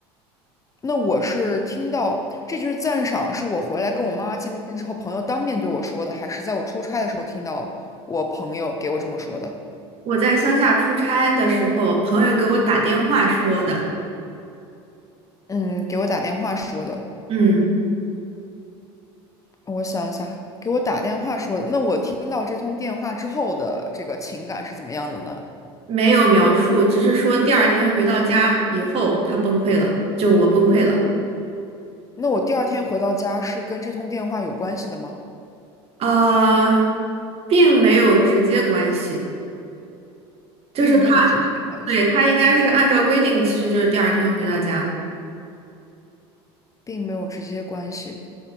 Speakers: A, on the left; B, on the right.
A: 那我是听到这句赞赏，是我回来跟我妈妈见面之后，朋友当面对我说的，还是在我出差的时候听到我朋友给我这么说的？
B: 我在乡下出差的时候，朋友给我打电话说的，
A: 嗯，给我打电话说的。
B: 嗯。
A: 我想一下，给我打电话说的。那我听到这通电话之后的这个情感是怎么样的呢？
B: 没有描述，只是说第二天回到家以后，他崩溃了，就我崩溃了。
A: 那我第二天回到家是跟这通电话有关系的吗？
B: 呃，并没有直接关系，就是他，
A: 并没有直接关系，
B: 对，他应该是按照规定，其实就是第二天回到家，
A: 并没有直接关系。